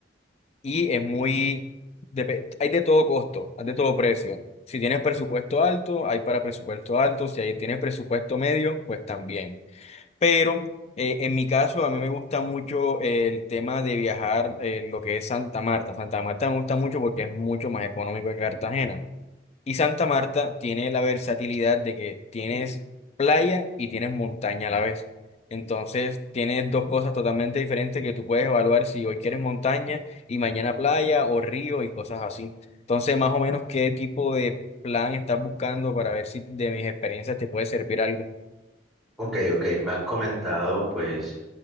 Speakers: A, on the left; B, in the centre.
A: y es muy, depe- hay de todo costo, hay de todo precio. Si tienes presupuesto alto, hay para presupuesto alto, si ahí tienes presupuesto medio, pues también. Pero eh, en mi caso, a mí me gusta mucho el tema de viajar, eh, lo que es Santa Marta. Santa Marta me gusta mucho porque es mucho más económico que Cartagena. Y Santa Marta tiene la versatilidad de que tienes playa y tienes montaña a la vez. Entonces, tienes dos cosas totalmente diferentes que tú puedes evaluar si hoy quieres montaña y mañana playa o río y cosas así. Entonces, más o menos, ¿qué tipo de plan estás buscando para ver si de mis experiencias te puede servir algo?
B: Ok, ok, me han comentado pues